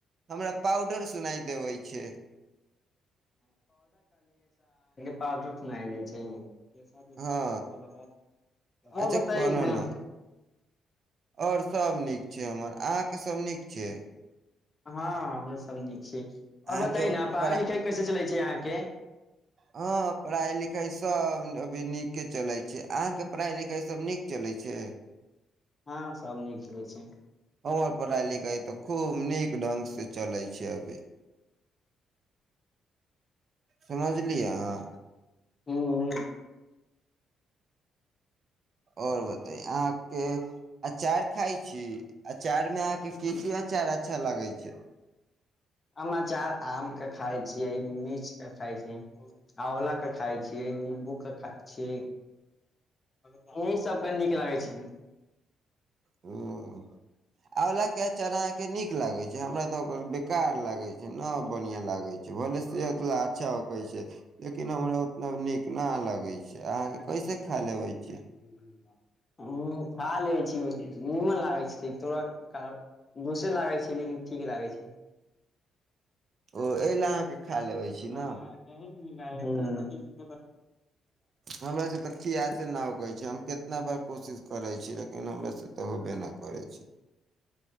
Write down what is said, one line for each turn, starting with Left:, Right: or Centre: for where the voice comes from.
Right: हमरा पाउडर सुनाइ देबै छै
Left: हं तु सुनाई दै छई
Right: हँ
Left: और
Right: अच्छा
Left: बताइ
Right: कोनो
Left: हिल
Right: न आओर सभ नीक छै हमर अहाँके सभ नीक छै
Left: हँ हमरो सब नीक छियै
Right: अहाँके
Left: और बताई न पढ़ाई
Right: पढ़ा
Left: लिखाई कैसे चलै छै अहाँके
Right: हँ पढ़ाई लिखाइसभ अभी नीके चलै छै अहाँके पढ़ाइ लिखाईसभ नीक चलै छै
Left: हाँ सभ नीक चलै छै
Right: हमर पढाई लिखाई तऽ खूब नीक ढंग से चलै छै अभी समझलि आहां
Left: हू हू
Right: ओर बताइ अहाँके अचार खाइ छी अचार मे अहाँके कीके अचार अच्छा लागै छै
Left: हम अचार आम के खाय छियै मिर्च के खाय छियै आँवला के खाय छियै निंबू के खाय छियै ओहि सब बड नीक लागै छै
Right: हुँ आंवला के अचार अहाँ के नीक लागे छै हमरा तऽ ओकर बेकार लागे छै न बढ़िया लागे छै भले सेहत अच्छा होकै छै लेकिन हमरा उतना नीक न लागे छै अहाँके
Left: हमारे
Right: कैसे
Left: एक सौ
Right: खा
Left: तीस
Right: लेबै
Left: रुपए
Right: छी
Left: तके मिला हम खा लै छी नीमन लागैत छै तोरा दोसे लागैत छै लेकिन ठीक लागै छै
Right: ओ एहि लए अहाँके
Left: <unintelligible>
Right: खा लेबै छी न हमरा से तऽ खियासे न होकै छै हम केतना बार कोशिश करै छीयै ल हमरा से तऽ होबे नहि करै छै